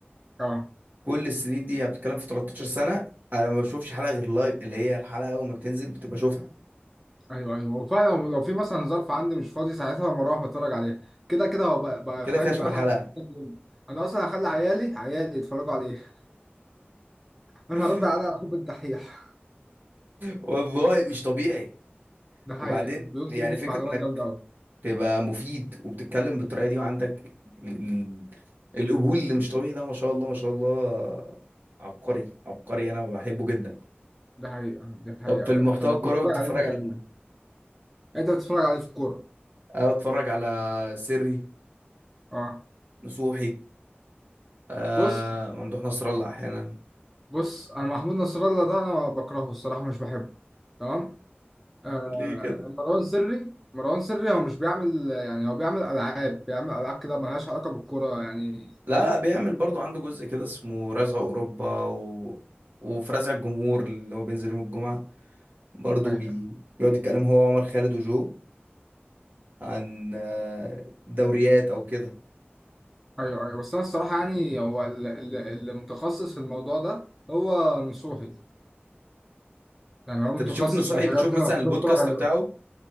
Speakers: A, in the centre; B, on the right (about 50°).
A: اه
B: كل السنين دي يعني بتتكلم في 13 سنه انا ما بشوفش حلقه غير لايف اللي هي الحلقه اول ما بتنزل بتبقى اشوفها
A: ايوه ايوه وفعلا لو في مثلا ظرف عندي مش فاضي ساعتها بروح بتفرج عليها كده كده هو بقى, بقى
B: كده
A: فاهم
B: كده اشوف
A: بقى
B: الحلقه
A: حاجه <laughs> انا اصلا هخلي عيالي عيالي يتفرجوا عليه <laughs> انا
B: <laughs>
A: هرد على حب الدحيح
B: والله مش طبيعي
A: ده حقيقه
B: وبعدين
A: بيقول
B: يعني
A: كميه
B: فكرة
A: معلومات
B: انك
A: جامده قوي
B: تبقى مفيد وبتتكلم بالطريقه دي وعندك ال- القبول اللي مش طبيعي ده ما شاء الله ما شاء الله عبقري عبقري انا بحبه جدا
A: ده حقيقه ده
B: طب
A: حقيقه
B: في
A: بجد
B: المحتوى
A: طب انت
B: الكروي
A: بتتفرج
B: بتتفرج
A: عليه انت
B: على
A: كمان
B: مين؟
A: انت بتتفرج عليه في الكوره
B: أنا بتفرج على سري
A: اه
B: نصوحي آه
A: بص
B: ممدوح نصر الله احيانا
A: بص انا محمود نصر الله ده انا بكرهه الصراحه مش بحبه تمام آه
B: ليه كده؟
A: مروان سري مروان سري هو مش بيعمل يعني هو بيعمل العاب بيعمل العاب كده ملهاش علاقه بالكوره يعني
B: لا
A: فاهم
B: لا بيعمل برضو عنده جزء كده اسمه رزع اوروبا و... وفي رزع الجمهور اللي هو بينزل يوم الجمعة برضو
A: ايوه
B: بي... بيقعد يتكلم هو وعمر خالد وجو عن آه، دوريات او كده
A: ايوه ايوه بس انا الصراحه يعني هو ال- ال- اللي متخصص في الموضوع ده هو نصوحي يعني
B: انت
A: هو متخصص
B: بتشوف نصوحي
A: في الحاجات
B: بتشوف
A: دي
B: مثلا
A: انا بحب
B: البودكاست
A: اتفرج عليه
B: بتاعه